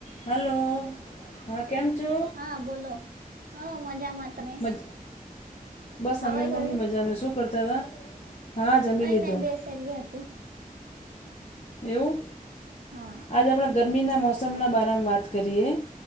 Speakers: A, on the left; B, on the right.
A: Hello હા કેમ છો?
B: હા બોલો, હું મજામાં તમે?
A: મજ બસ
B: ખાવાઈ
A: અમે પણ
B: ગયું
A: બી મજામે શું કરતા હતા? હા જમી
B: કઈ
A: લીધો
B: નહી બેસેલી હતી.
A: એવું?
B: હા.
A: આજે આપણે ગરમીના મોસમના બારામાં વાત કરીએ,